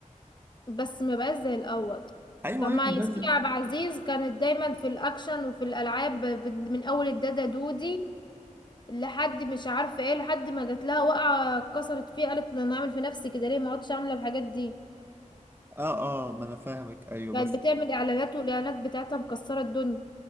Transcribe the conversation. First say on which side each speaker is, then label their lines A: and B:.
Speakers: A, on the left; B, on the right.
A: بس ما بقاش زي الاول
B: ايوه
A: طب
B: ايوه
A: ما ياسمين
B: بس
A: عبد العزيز كانت دايما في الاكشن وفي الالعاب بت- من اول الدادا دودي لحد مش عارفه ايه لحد ما جات لها وقعه اتكسرت فيه قالت انا اعمل في نفسي كده ليه ما عدتش عامله الحاجات دي
B: اه اه ما انا فاهمك ايوه
A: كانت
B: بس
A: بتعمل اعلانات والاعلانات بتاعتها مكسره الدنيا